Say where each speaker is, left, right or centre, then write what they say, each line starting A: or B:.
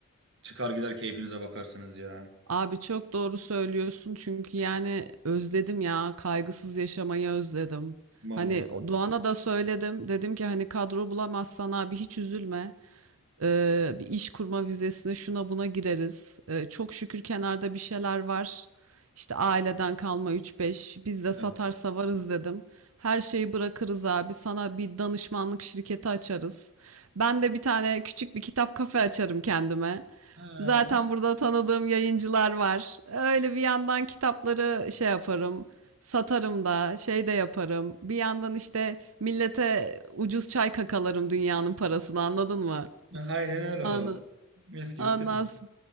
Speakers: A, on the right (about 60°); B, on the right (about 85°).
A: Çıkar gider keyfinize bakarsınız ya.
B: Abi çok doğru söylüyorsun çünkü yani özledim ya kaygısız yaşamayı özledim.
A: Vallahi.
B: Hani Doğan'a da söyledim dedim ki hani kadro bulamazsan abi hiç üzülme. Ee, bir iş kurma vizesine şuna buna gireriz. Ee, çok şükür kenarda bir şeyler var. İşte aileden kalma üç beş biz de satarsa
A: Evet.
B: varız dedim. Her şeyi bırakırız abi sana bir danışmanlık şirketi açarız. Ben de bir tane küçük bir kitap kafe açarım kendime.
A: Ha,
B: Zaten burada tanıdığım yayıncılar var. Öyle bir yandan kitapları şey yaparım, satarım da, şey de yaparım. Bir yandan işte millete ucuz çay kakalarım dünyanın parasını anladın mı?
A: aynen öyle
B: Anı,
A: vallahi. Mis gibi
B: anlas.
A: pirinç.